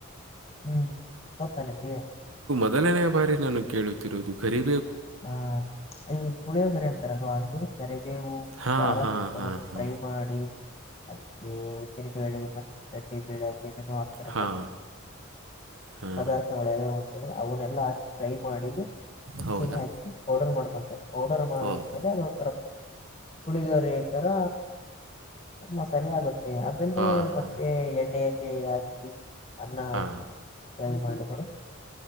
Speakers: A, on the left; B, on the right.
A: ಹ್ಮ್ ತ್ತ ನಿಗೆ
B: ಮೊದಲನ ಬಾರಿ ನಾನು ಕೇಳುತ್ತಿರುವುದು ಗರೀ
A: ಹ ಅ ಪುಳಿಯೋಗ್ರಾ ಅಂತರಲ್ಲ ಹಂಗಿರುತ್ತೆ ಬೇವು
B: ಹಾ
A: ಬಹಳಷ್ಟ
B: ಹಾ
A: ತಗೊಂಡು
B: ಹಾ
A: ಫ್ರೈ
B: ಹಾ
A: ಮಾಡಿ ಅದಕ್ಕೆ ಉದ್ದಿನ ಬೇಳೆ ಮತ್ತೆ ಕಡ್ಡಿ ಬೇಳೆ ಹಾತಾರೆ
B: ಹಾ ಹಾ
A: ಪದಾರ್ಥಗಳ ಯಾವ ಹೋಗ್ತೇಡಿ ಅವನ್ನೆಲ್ಲಾ ಹಾಕಿ ಟ್ರೈ ಮಾಡಿ ಮಿಕ್ಸಿಲಿ
B: ಹೌದಾ
A: ಹಾಕಿ ಪೌಡರ್ ಮಾಡ್ಕೊತಾರೆ ಪೌಡರ್ ಮಾಡ
B: ಹೌದು
A: ಮೇಲೆ ಅದೊಂಥರ ಹುಳಿದವರೆ ತರ ಮಸಾಲೆ ಆಗುತ್ತೆ ಮ ಅದನ್ನೇ
B: ಹಾ
A: ಮತ್ತೆ
B: ಹಾ
A: ಎಣ್ಣೆಯಲ್ಲಿ ಹಾಕಿ ಅನ್ನ ಹಾಕಿ
B: ಹಾ
A: ಸಾಗಿ ಮಾಡಿದರಿ